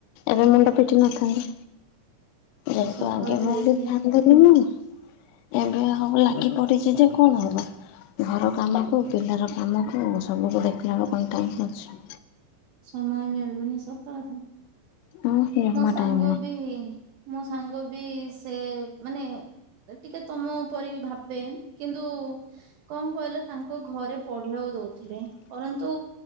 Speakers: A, on the left; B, on the right.
A: ଏବେ ମୁଣ୍ଡ ପିଟି ନଥାନ୍ତି ଯେହେତୁ
B: ସତ
A: ଆଗ
B: କଥା
A: ମନ୍ତି
B: ଦିଦି।
A: ଏବେ ଆଉ ଲାଗି ପଡିଛି ଯେ କଣ ହବ? ଘର କାମକୁ ପିଲାର କାମକୁ ସବୁକୁ ଦେଖିଲା ବେଳକୁ କଣ ଟାଇମ୍ ଅଛି?
B: ସମୟ ମିଳୁନି ସତ କଥା
A: ହୁଁ ଜମା
B: ମୋ ସାଙ୍ଗ
A: ଟାଇମ ନାହିଁ
B: ବି ହେଇନି ମୋ ସାଙ୍ଗ ବି ସେ ମାନେ ଟିକେ ତମ ପରି ଭାବେ କିନ୍ତୁ କଣ କହିଲା ତାଙ୍କ ଘରେ ପଢିବାକୁ ଦଉଥିଲେ ପରନ୍ତୁ